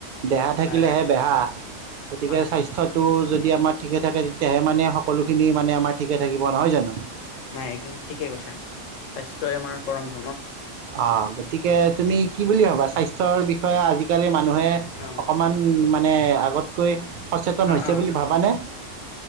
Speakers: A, on the right (about 70°); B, on the left (about 80°).
A: দেহা থাকিলেহে
B: হয়, হয়,
A: বেহা গতিকে
B: হয়,
A: স্বাস্থ্যটো যদি আমাৰ ঠিকে থাকে তেতিয়াহে মানে সকলো খিনি মানে আমাৰ ঠিকে থাকিব নহয় জানো।
B: নাই একদম ঠিকেই কৈছা, স্বাস্থ্যই আমাৰ পৰম ধৰ্ম।
A: অ' গতিকে তুমি কি বুলি ভাবা? স্বাস্থ্যৰ বিষয়ে আজিকালি মান -নুহে
B: অ',
A: অকণমান মানে আগতকৈ সচেতন
B: অ',
A: হৈছে
B: অ',
A: বুলি ভাবানে?